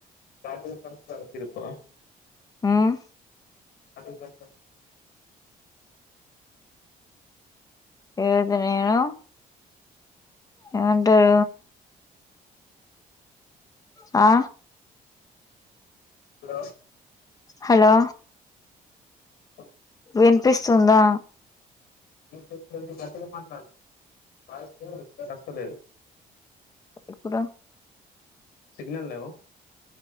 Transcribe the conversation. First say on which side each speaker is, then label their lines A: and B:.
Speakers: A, on the left; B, on the left.
A: తాతయ్య పెడితే మానసిరిగి పోవ
B: మ్మ్
A: అ అంకుల్ ఘట్టం
B: ఏదైతే నేను ఏమంటరు వో ఆ
A: హలో
B: హలో
A: అయి
B: వినిపిస్తుందా
A: వినిపిస్తుంది గట్టిగా మాట్లాడు వాయిస్ సరిగా వస్తలేదు
B: ఇప్పుడు
A: సిగ్నల్ లేవు